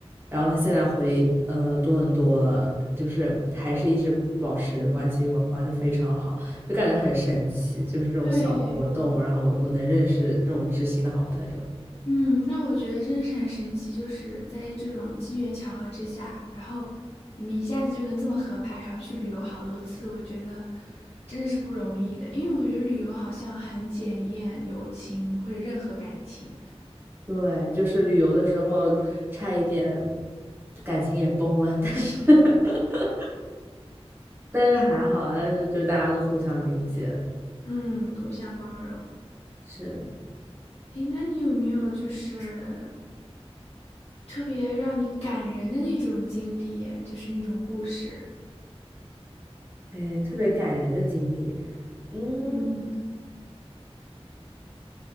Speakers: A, on the right (about 20°); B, on the left (about 60°).
A: 然后他现在回呃多伦多了，就是还是一直保持关系，玩玩的非常好，就感觉很神奇，就是这种小活动，
B: 对，
A: 然后我能认识这种知心的好朋友。
B: 嗯，那我觉得真的是很神奇，就是在这种机缘巧合之下，然后你们一下子就能这么合拍，还要去旅游好多次，我觉得真的是不容易的。因为我觉得旅游好像很检验友情或者任何感情，
A: 对，就是旅游的时候差一点感情也崩了，但是 <laughs> 但是还好，但是就大家都互相理解，
B: 嗯，互相包容。
A: 是，
B: 诶，那你有没有就是特别让你感人的那种经历耶就是那种故事？
A: 哎，特别感人的经历。嗯，
B: 嗯